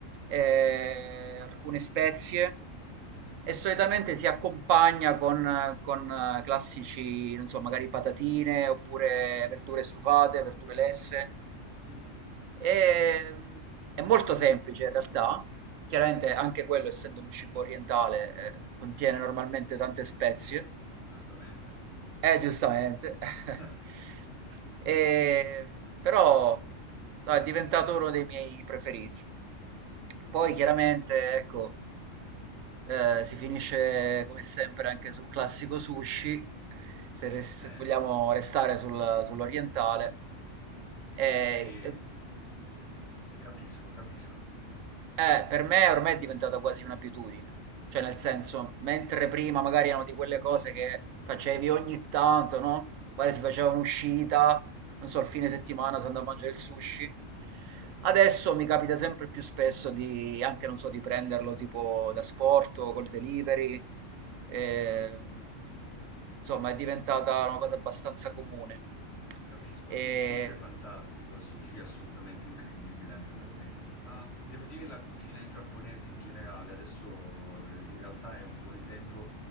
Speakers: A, on the right (about 80°); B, on the left (about 65°).
A: eh, alcune spezie
B: Mhm,
A: e solitamente si accompagna con, con, eh, classici, non so, magari patatine oppure verdure stufate, verdure lesse.
B: mhm,
A: E, mm, è molto semplice in realtà, chiaramente anche quello, essendo un cibo orientale, eh, contiene normalmente tante spezie.
B: Giustamente.
A: Eh, giustamente.
B: <laughs>
A: <laughs> Eh, però no, è diventato uno dei miei preferiti. Poi chiaramente, ecco, eh, si finisce come sempre anche sul classico sushi, se, res-
B: Eh,
A: se vogliamo restare sul- sull'orientale.
B: il
A: E,
B: sushi,
A: eh,
B: sì, sì, sì, capisco, capisco.
A: Eh, per me ormai è diventata quasi un'abitudine, cioè nel senso,
B: Mm,
A: mentre prima magari erano di quelle cose che facevi ogni tanto, no? Magari si faceva un'uscita, non so, il fine settimana si andava a mangiare il sushi.
B: Certo.
A: Adesso mi capita sempre più spesso di, anche non so, di prenderlo tipo da sport o col delivery. ehm, insomma, è diventata una cosa abbastanza comune.
B: Ti capisco,
A: E...
B: il sushi è fantastico, il sushi è assolutamente incredibile anche per me, ma devo dire la cucina in giapponese in generale, adesso eh, in realtà è un po' di tempo